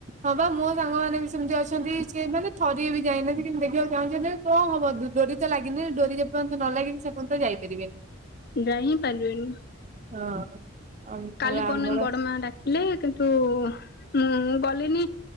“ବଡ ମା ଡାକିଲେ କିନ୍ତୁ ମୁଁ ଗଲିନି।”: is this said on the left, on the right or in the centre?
Left